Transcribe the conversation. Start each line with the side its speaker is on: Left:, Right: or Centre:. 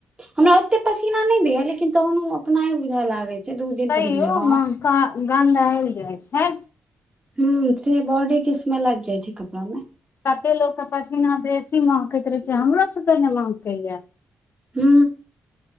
Right: हमरा ओते पसीना नहि दे या लेकिन तहन अपनाय बुझए लागे छै दू दिन
Left: तैयो
Right: पहिर लेलहुँ आब
Left: महक आ गन्द आब जाइ छै
Right: ह से बॉडी के स्मेल आबि जाइ छै कपड़ा मे
Left: कते लोक के पसीना बेसी महकैत रहे छै हमरो सबके ने महकै या
Right: हू